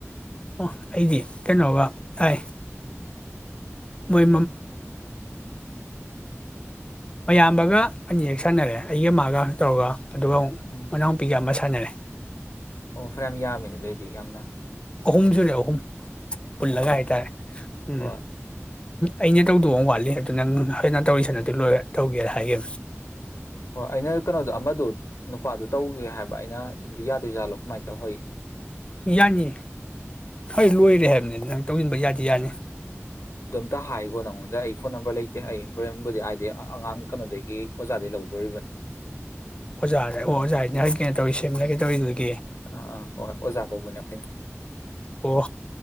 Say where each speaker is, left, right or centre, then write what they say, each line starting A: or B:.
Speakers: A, on the left; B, on the left.
A: ꯑꯣ ꯑꯩꯗꯤ ꯀꯩꯅꯣꯒ ꯇꯥꯏ ꯃꯣꯏ ꯃꯌꯥꯝꯕꯒ ꯑꯅꯤ ꯍꯦꯛ ꯁꯥꯟꯅꯔꯦ ꯑꯩꯒ ꯃꯥꯒ ꯇꯧꯔꯒ ꯑꯗꯨꯒ
B: ꯎꯝ
A: ꯃꯥꯅꯥꯎ ꯄꯤꯒ ꯑꯃ ꯁꯥ <unintelligible>
B: ꯑꯣ ꯐꯔꯦ ꯌꯥꯝ ꯌꯥꯝꯃꯤꯅꯦ ꯑꯗꯨ ꯑꯣꯏꯗꯤ ꯌꯥꯝꯅ
A: ꯑꯍꯨꯝꯁꯨꯨꯔ ꯑꯍꯨꯝ ꯄꯨꯜꯂꯒꯥꯏ
B: ꯎꯝ
A: ꯇꯔꯦ ꯎꯝ
B: ꯍꯣꯏ
A: ꯑꯩꯅ ꯇꯧꯗꯧꯕ ꯋꯥꯠꯂꯤ ꯑꯗꯨ ꯅꯪ ꯐꯖꯅ ꯇꯧꯔꯤꯁꯅ ꯑꯗꯨ ꯂꯣꯏꯔ ꯇꯧꯒꯦꯅ ꯍꯥꯏꯒꯦ
B: ꯍꯣꯏ ꯑꯩꯅ ꯀꯩꯅꯣꯗꯣ ꯑꯃꯗ ꯅꯨꯄꯥꯗꯨ ꯇꯧꯒꯦ ꯍꯥꯏꯕ ꯑꯩꯅ ꯌꯥꯗꯣꯏ ꯌꯥꯠꯂꯣ ꯀꯃꯥꯏꯅ ꯇꯧꯍꯣꯏ
A: ꯌꯥꯅꯤ ꯍꯣꯏ ꯂꯣꯏꯔꯦ ꯍꯥꯏꯕꯅꯤ ꯅꯪ ꯇꯧꯁꯤꯟꯕ ꯌꯥꯗꯤ ꯌꯥꯅꯤ
B: ꯑꯇꯥ ꯍꯥꯏꯈꯣ ꯅꯪꯉꯣꯟꯗ ꯑꯩ ꯐꯣꯟ ꯅꯝꯕꯔ ꯂꯩꯇꯦ ꯑꯩ ꯍꯣꯔꯦꯟꯕꯨꯗꯤ ꯍꯥꯏꯗꯤ ꯑꯉꯥꯡ ꯀꯩꯅꯣꯗꯒꯤ ꯑꯣꯖꯥꯗꯒꯤꯩ ꯂꯧ ꯇꯧꯔꯤꯕꯅꯤ
A: ꯑꯣꯖꯥꯗ ꯑꯣꯖꯥ ꯍꯥꯏꯅꯤ ꯍ ꯀꯩꯅꯣ ꯇꯧꯔꯤ ꯁꯦꯝꯂꯒꯦ ꯇꯧꯋꯔꯤꯗꯨꯒꯤ
B: ꯑꯥ ꯑꯥ ꯍꯣꯏ ꯍꯣꯏ ꯑꯣꯖꯥ ꯀꯧꯕꯅꯦ ꯑꯩꯈꯣꯏꯅ
A: ꯑꯣ